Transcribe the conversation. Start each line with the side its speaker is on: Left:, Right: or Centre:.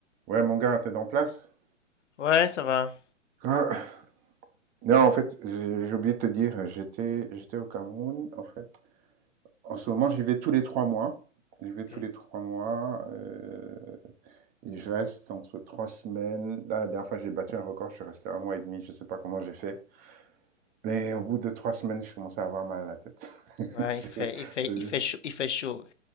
Right: Ouais, mon gars, t'es en place?
Left: Ouais, ça va.
Right: Ah, Non, en fait, j'ai j'ai oublié de te dire, j'étais, j'étais au Cameroun, en fait. En ce moment, j'y vais tous les trois mois. J'y vais
Left: Ok.
Right: tous les trois mois. euh, et je reste entre trois semaines. Là, la dernière fois, j'ai battu un record, je suis resté un mois et demi. Je sais pas comment j'ai fait. Mais au bout de trois semaines, je commençais à avoir mal à la tête. <laughs>
Left: Ouais,
Right: C'est-
Left: il fait, il fait,
Right: c'est-
Left: il fait chaud, il fait chaud.